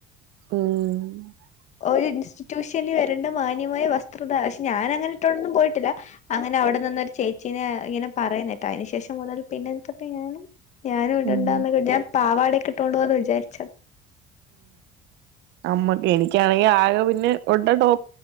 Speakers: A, on the right (about 65°); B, on the left (about 35°).
A: ഉം
B: ഒരു ഇൻ സ്റ്റിറ്റ്യൂഷനിൽ വരണ്ട മാന്യമായ വ സ്ത്രം പക്ഷേ ഞാനങ്ങനെ ഇട്ടോണ്ടൊന്നും പോയിട്ടില്ല അങ്ങനെ അവിടെ നിന്ന ഒരു ചേച്ചീനെ ഇങ്ങനെ പറയുന്ന കേട്ടു അതിനുശേഷം മുതൽ പിന്നെ തൊട്ട് ഞാനും ഞാനും ഇടണ്ടാന്ന്
A: ഉം
B: കരുതി ഞാൻ പാവാട ഇട്ടോണ്ട് പോവാന്നാ വിചാരിച്ചത്
A: മം എനിക <unintelligible>